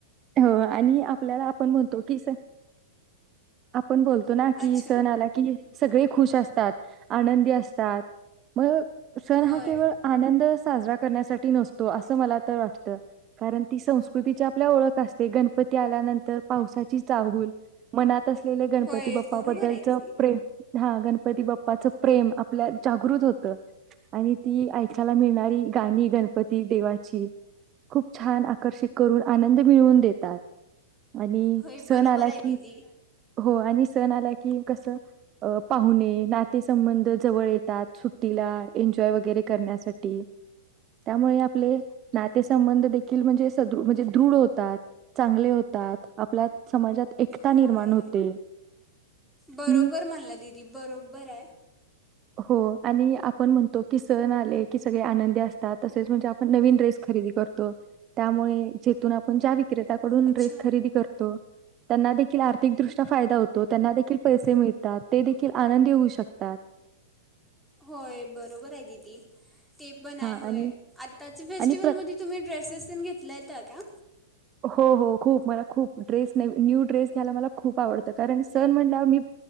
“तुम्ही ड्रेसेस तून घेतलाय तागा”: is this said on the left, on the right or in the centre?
Centre